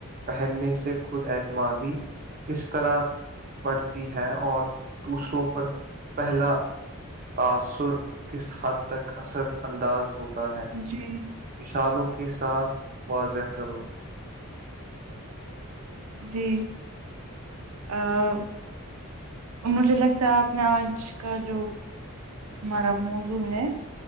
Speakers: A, on the right (about 40°); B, on the right (about 85°).
A: پہننے سے خود اعتمادی کس طرح بڑھتی ہے اور دوسروں پر پہلا تاثر کس حد تک اثر انداز ہوتا ہے
B: جی
A: مثالوں کے ساتھ واضح کرو
B: جی ہاں مجھے لگتا ہے آپ نے آج کا جو ہمارا موضوع ہے